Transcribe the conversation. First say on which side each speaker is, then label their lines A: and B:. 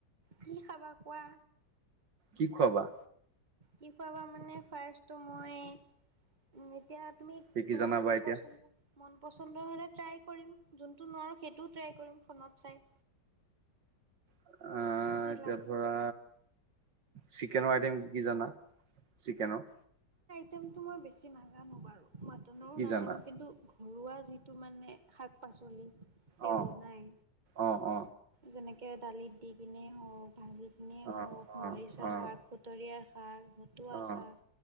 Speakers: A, on the right; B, on the right.
A: কি খাবা কোৱা।
B: কি খুৱাবা?
A: কি খুৱাবা মানে ফাৰষ্টোতো মই উ এতিয়া তুমি
B: কি কি
A: তোমাৰ
B: জানা
A: মন
B: বা এতিয়া
A: পচন্দ, মন পচন্দ হ'লে ট্ৰাই কৰিম যোনটো নোৱাৰোঁ সেইটোও ট্ৰাই কৰিম ফোনত চাই
B: আহ
A: বুজিলা।
B: এতিয়া ধৰা চিকেনৰ আইটেম কি কি জানা চিকেনৰ?
A: টেনটো মই বেছি নাজানো বাৰু, মাটনৰো
B: কি
A: নাজানো
B: জানা
A: কিন্তু ঘৰুৱা যিটো মানে শাক পাচলি
B: অ
A: বনায়
B: অ অ অ
A: যেনেকে দালিত দি কিনে হওক, ভাজি কিনে
B: অ
A: হওক, মৰিচা
B: অ
A: শাক, খুতৰীয়াৰ শাক পতুৱা
B: অ
A: শাক